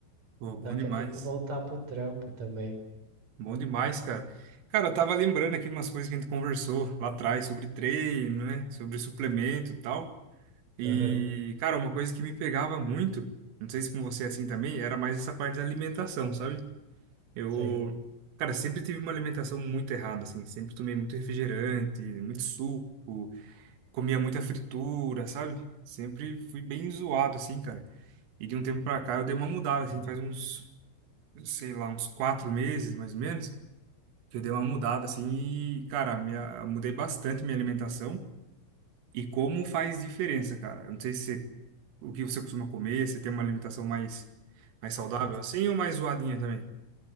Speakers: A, on the right; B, on the right.
A: Pô,
B: daqui
A: bom demais.
B: a pouco voltar pro trampo também.
A: Bom demais, cara. Cara, eu tava lembrando aqui umas coisas que a gente conversou lá atrás sobre treino, né? Sobre suplemento e tal. E,
B: Aham.
A: cara, uma coisa que me pegava muito, não sei se com você é assim também, era mais essa parte da alimentação, sabe? Eu,
B: Sei.
A: cara, sempre tive uma alimentação muito errada, assim, sempre tomei muito refrigerante, muito suco, comia muita fritura, sabe? Sempre fui bem zoado, assim, cara. E de um tempo pra cá eu dei uma mudada, assim, faz uns, sei lá, uns quatro meses, mais ou menos, que eu dei uma mudada, assim, e, cara, minha, mudei bastante minha alimentação. E como faz diferença, cara? Eu não sei se você o que você costuma comer? Você tem uma alimentação mais, mais saudável
B: Uhum.
A: assim ou mais zoadinha também?